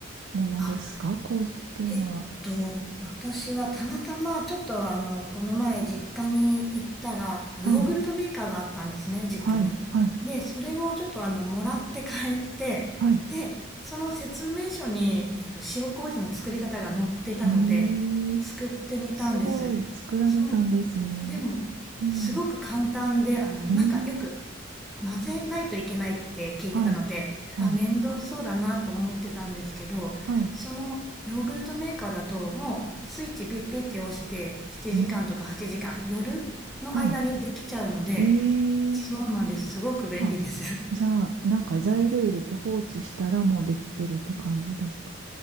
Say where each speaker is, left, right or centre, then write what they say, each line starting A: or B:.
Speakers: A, on the right; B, in the centre.
A: ものですか麹っていうのは。
B: あ、えっと、私はたまたまちょっとあの、この前実家に行ったら、あのヨーグルトメーカーがあったんですね、
A: はい、
B: 実家に。
A: はい、はい、
B: で、それをちょっとあの、もらって帰って、
A: はい。
B: で、その説明書に、えっと、塩麹の作り方が載ってたので、
A: ええ、
B: 作ってみたんです。
A: すごい、作られたんですね。
B: そう。でも、
A: うん。
B: すごく簡単で、あの、
A: ええ
B: なんかよく混ぜないといけないって聞いてたので、
A: はい、はい、
B: あ、面倒そうだなと思ってたんですけど、
A: はい、
B: そのヨーグルトメーカーだともうスイッチピッピッて押して7時間とか8時間、
A: うん
B: 夜の間にできちゃうので、
A: はい。
B: そうなんです。
A: ええ
B: すごく便利です。
A: あ、じゃあ、なんか材料入れて放置したらもうできてるって感じですか